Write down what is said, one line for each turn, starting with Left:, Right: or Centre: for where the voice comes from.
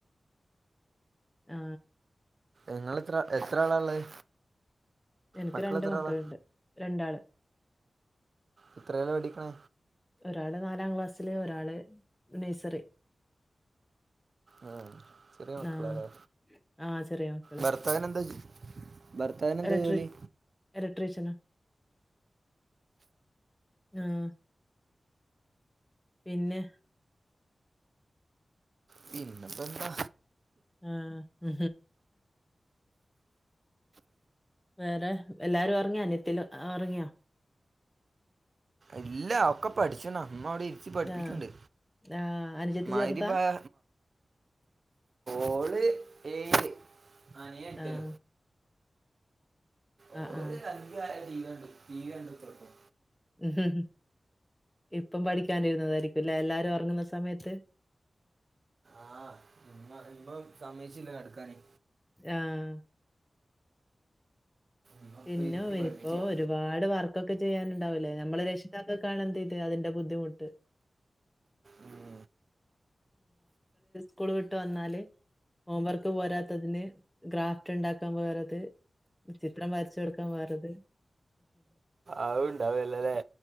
Left: ആ
Right: നിങ്ങെത്ര എത്ര ആളാള്ളത്?
Left: എനക്ക്
Right: മക്കൾ
Left: രണ്ട്
Right: എത്ര
Left: മക്കളുണ്ട്
Right: ആളാ
Left: രണ്ടാള്.
Right: എത്രേല പഠിക്ക്ണെ?
Left: ഒരാള് നാലാം ക്ലാസ്സില് ഒരാള് നേയ്സറി.
Right: ഉ ചെറിയ മക്കളല്ലേ
Left: ആഹ്. ആഹ് ചെറിയ മക്കള്.
Right: ഭർത്താവിന എന്താ ഭർത്താവിന് എന്താ
Left: ഇലക്ട്രീ
Right: ജോലി
Left: ഇലക്ട്രീഷന ആ- പിന്നെ
Right: പിന്നെപ്പ എന്താ
Left: ആ മ് വേറെ എല്ലാരും ഒറങ്ങിയാ നിത്തിൽ ഉറങ്ങിയാ?
Right: ഇല്ല ഒക്കെ പഠിച്ണ്അമ്മ അവിടെ ഇരിത്തി പഠിപ്പിക്ണ്ട്.
Left: ആഹ്. ആഹ്. അനുജത്തി
Right: മഗ്രിബായ
Left: ചെറുതാ?
Right: ഓള് ഏയിൽ അനിയൻ എട്ടിൽ.
Left: ആഹ്.
Right: ഓല്
Left: ആഹ്, ആഹ്.
Right: അന്തിയായാല് ടി വി കണ്ടു ത്തറ്ക്കും.
Left: ഉ ഇപ്പം പഠിക്കാനിരുന്നതായിരിക്കും ലേ എല്ലാരും കടന്നൊറങ്ങുന്ന സമയത്ത്.
Right: ആഇമ്മ ഇ്പ സമ്മയച്ചില്ല കട് ക്കാന്.
Left: ആഹ്.
Right: ഇമ്മ
Left: പിന്നും
Right: ഇപ്പൊ ഇരുത്തി പഠിപ്പിച്ചാ
Left: ഇപ്പോ ഒരുപാട് വർക്കൊക്കെ ചെയ്യാനുണ്ടാവില്ലേ നമ്മൾ രക്ഷിതാക്ക ൾക്കാണ് എന്ത ചെയത് അതിന്റെ ബുദ്ധിമുട്ട്. <unintelligible>
Right: ഉം
Left: സ്കുൾ വിട്ട് വന്നാല്. ഹോംവർക്ക് പോരാത്തതിന് ഗ്രാഫ്റ്റ് ഉണ്ടാക്കാൻ വേറത് ചി ചിത്രം വരച്ചു കൊടുക്കാൻ വേറത്
Right: അതുണ്ടാവല്ലല്ലേ